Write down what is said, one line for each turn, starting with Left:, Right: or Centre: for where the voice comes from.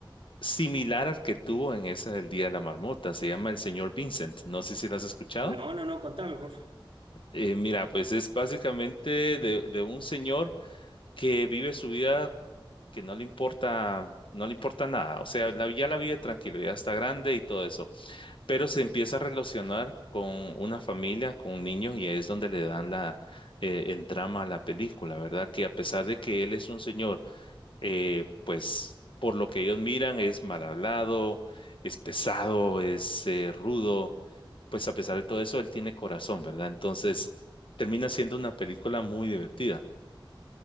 Left: similar al que tuvo en esa del Día de la Marmota. Se llama El Señor Vincent. No sé si lo has escuchado.
Right: No, no, no, contame, por favor.
Left: Eh, mira, pues es básicamente de, de un señor que vive su vida que no le importa, no le importa nada. O sea, la, ya la vive tranquilo, ya está grande y todo eso pero se empieza a relacionar con una familia, con niños, y ahí es donde le dan la, eh, el drama a la película, ¿verdad? Que a pesar de que él es un señor, eh, pues por lo que ellos miran es mal hablado, es pesado, es eh, rudo, pues a pesar de todo eso, él tiene corazón, ¿verdad? Entonces, termina siendo una película muy divertida.